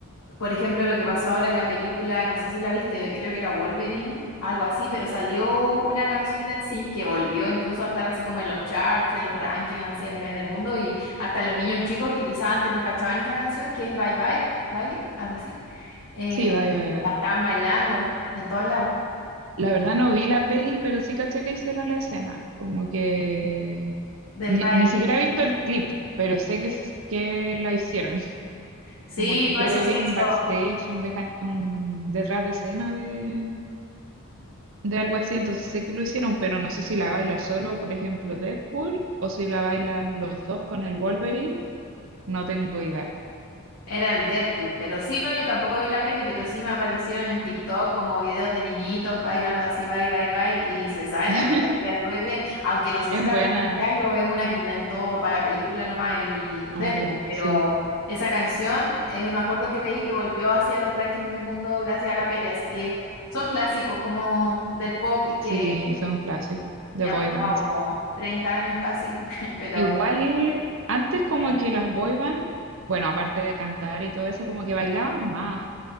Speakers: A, on the left (about 70°); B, on the right (about 60°).
A: por ejemplo, lo que pasó ahora en la película, no sé si la viste, creo que era Wolverine, algo así, pero salió una canción de Ensign que volvió incluso a estar así como en los charts, en los rankings, así a nivel del mundo, y hasta los niños chicos que quizás antes no cachaban esa canción, que es Bye Bye, Bye, algo así, eh,
B: Sí, bye, bye, bye.
A: la están bailando en todos lados
B: La verdad no vi la peli, pero sí caché que hicieron la escena. Como que
A: del
B: ni,
A: baile.
B: ni siquiera he visto el clip, pero sé que, s- que lo hicieron. <laughs>
A: Sí,
B: Como que
A: no,
B: creo
A: eso
B: que
A: se
B: vi un
A: hizo,
B: backstage, un, behind- un detrás de escena de, de algo así, entonces sé que lo hicieron, pero no sé si la baila solo, por ejemplo, Deadpool, o si la bailan los dos con el Wolverine, no tengo idea.
A: era el Deadpool, pero sí, no, yo tampoco vi la peli, pero sí me aparecieron en TikTok como videos de niñitos bailando así, bye, bye, bye, y se sabe
B: <laughs>
A: la coreografía súper bien, aunque no sé
B: Es
A: si era
B: buena.
A: oficial o es una que inventó para la película nomás el
B: Ah,
A: Deadpool,
B: ya,
A: pero
B: sí.
A: esa canción, eh, me acuerdo que leí que volvió hacia los rankings del mundo gracias a la peli, así que son clásicos como del pop y que
B: Sí, son clásicos de
A: ya
B: boy
A: han pasado
B: bands.
A: como 30 años casi, <laughs> pero
B: Igual, antes como
A: bueno,
B: que las boy bands, bueno, aparte de cantar y todo eso, como que bailaban más.